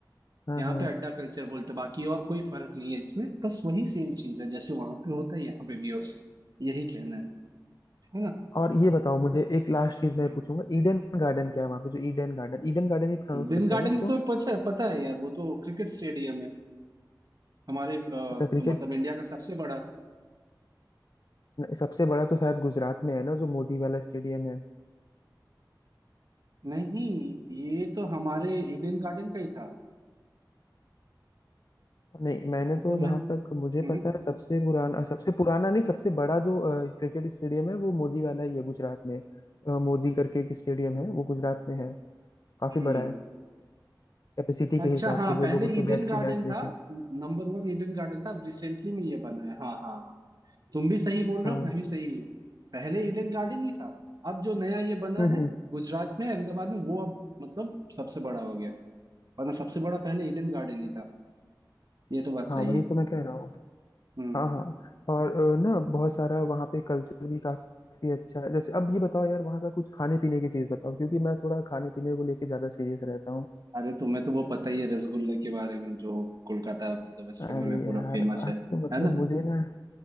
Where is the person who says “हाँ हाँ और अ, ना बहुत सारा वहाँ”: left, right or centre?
Left